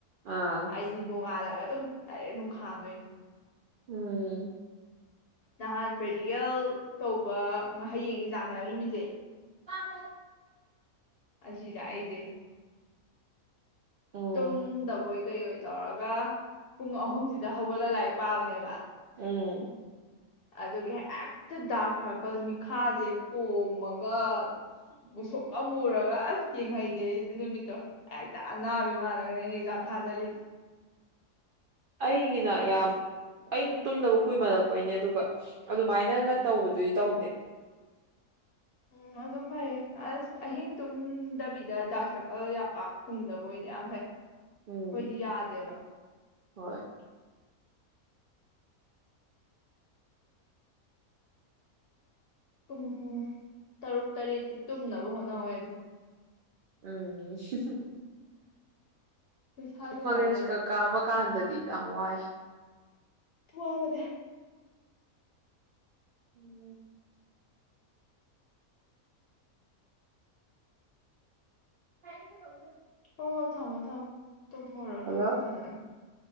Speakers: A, on the right; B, on the left.
A: ꯑꯥ
B: ꯑꯩꯗꯤ ꯅꯣꯡꯉꯥꯜꯂꯒ ꯑꯗꯨꯝ ꯗꯥꯢꯏꯔꯦꯛ ꯑꯗꯨꯝ ꯈꯥꯝꯗꯣꯏꯅꯤ
A: ꯎꯝ
B: ꯅꯍꯥꯟ ꯄ꯭ꯔꯦꯛꯇꯤꯀꯦꯜ ꯇꯧꯕ ꯍꯌꯦꯡꯅꯤ ꯑꯦꯛꯖꯥꯝꯅꯤ ꯍꯥꯏꯕ ꯅꯨꯃꯤꯠꯁꯦ
A: <unintelligible>
B: ꯑꯁꯤꯗ ꯑꯩꯖꯦ
A: ꯎꯝ
B: ꯇꯨꯝꯗꯕꯣꯏ ꯀꯩꯑꯣꯏ ꯇꯧꯔꯒ ꯄꯨꯡ ꯑꯍꯨꯝꯁꯤꯗ ꯍꯧꯒꯠꯂꯒ ꯂꯥꯏꯔꯤꯛ ꯄꯥꯕꯅꯦꯕ
A: ꯎꯝ
B: ꯑꯗꯨꯒꯤ ꯍꯦꯛꯇ ꯗꯥꯛ ꯁꯔ ꯥꯀꯜ ꯃꯤꯠꯈꯥꯁꯦ ꯄꯣꯝꯃꯒ ꯃꯨꯁꯨꯛꯀ ꯃꯨꯔꯒ ꯑꯁ ꯌꯦꯡꯍꯩ ꯑꯗꯨꯢ ꯅꯨꯃꯤꯠꯇꯣ ꯍꯦꯛꯇ ꯑꯅꯥꯕꯤ ꯃꯥꯜꯂꯒꯅꯦ ꯑꯩꯅ ꯑꯦꯛꯖꯥꯝ ꯊꯥ ꯆꯠꯂꯤ
A: ꯑꯩꯒꯤꯅ ꯌꯥꯝ ꯑꯩ ꯇꯨꯝꯗꯕ ꯀꯨꯏꯃꯜꯂꯛꯄꯩꯅꯦ ꯑꯗꯨꯒ ꯑꯗꯨꯃꯥꯏꯅꯒ ꯇꯧꯕꯗꯨꯗꯤ ꯇꯧꯗꯦ
B: ꯎ ꯑꯗꯨ ꯐꯩ ꯑꯁ ꯑꯍꯤꯡ ꯇꯨꯝꯗꯕꯤꯗ ꯗꯥꯛ ꯁꯥꯔꯀꯜ ꯌꯥꯝ ꯄꯥꯛ ꯊꯨꯡꯗꯕ ꯑꯣꯏꯗꯤ ꯌꯥꯝ ꯐꯩ
A: ꯎꯝ
B: ꯈꯣꯢꯗꯤ ꯌꯥꯗꯦꯕ
A: ꯍꯣꯏ
B: ꯄꯨꯡ ꯇꯔꯨꯛ ꯇꯔꯦꯠꯇꯤ ꯇꯨꯝꯅꯕ ꯍꯣꯠꯅꯧꯋꯣꯌꯦ ꯑꯗꯨꯝ
A: ꯎꯝ ꯍꯝ ꯍꯝ
B: ꯅꯁꯥ ꯅꯨꯡꯉꯥꯏꯅꯕ
A: ꯀꯣꯂꯦꯖꯀ ꯀꯥꯕ ꯀꯥꯟꯗꯗꯤ ꯌꯥꯝ ꯋꯥꯏ
B: ꯋꯥꯕꯅꯦ
A: ꯎꯝ <unintelligible>
B: ꯍꯣ ꯍꯣ ꯊꯝꯃꯣ ꯊꯝꯃꯣ ꯇꯨꯝꯃꯣꯔꯣ
A: ꯍꯜꯂꯣ
B: ꯅꯪꯁꯨꯨ ꯐꯖꯥꯟ